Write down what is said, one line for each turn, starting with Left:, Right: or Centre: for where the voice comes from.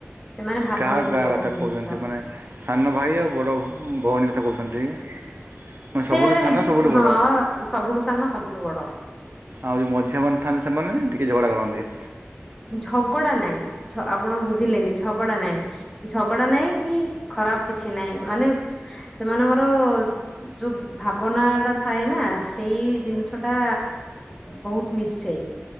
Centre: ସେମାନେ ଭାବନ୍ତି
Right: କାହା କାହା
Centre: ବହୁତ
Right: କଥା
Centre: ଜିନିଷ
Right: କହୁଛନ୍ତି, ମାନେ ସାନ ଭାଇ ଆଉ ବଡ଼ ଭଉଣୀ କଥା କହୁଛନ୍ତି? ମାନେ
Centre: ସେ
Right: ସବୁଠୁ
Centre: ଆରି,
Right: ସାନ ସବୁଠୁ
Centre: ହଁ
Right: ବଡ଼
Centre: ସବୁଠୁ ସାନ ସବୁଠୁ ବଡ।
Right: ଆଉ ଯେଉଁ ମଝିଆମାନେ ଥାଆନ୍ତି ସେମାନେ ଟିକେ ଝଗଡ଼ା କରନ୍ତି।
Centre: ଝଗଡା ନାଇଁ ଆପଣ ବୁଝିଲେନି ଝଗଡା ନାଇଁ ଝଗଡା ନାହିଁ କି ଖରାପ କିଛି ନାହିଁ ମାନେ ସେମାନଙ୍କର ଯୋଉ ଭାବନାଟା ଥାଏ ନା ସେଇ ଜିନିଷଟା ବହୁତ ନିଶ୍ଚଏ।